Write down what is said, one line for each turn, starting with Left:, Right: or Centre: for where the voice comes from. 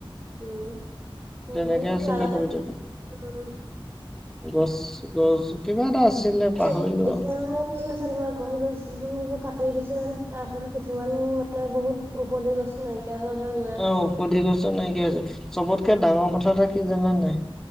Right: উম ধেৰ
Centre: তেনেকে আছিলে
Right: আগতে
Centre: কবিতাটো।
Right: উম
Centre: গছ গছ কিবা এটা আছিলে পাহৰিলোঁ
Right: এই
Centre: আও।
Right: <unintelligible> গছ গছনি এইবোৰ কাটিয়ে দিছে যেন। তাৰ ফলত কিছুমান মানে বহুত ঔষধি গছ নাই- কিয়া হৈ হৈ‌ গল।
Centre: অ ঔষধি গছো নাইকিয়া হৈছে চবত- কে ডাঙৰ কথা এটা কি জানানে নাই?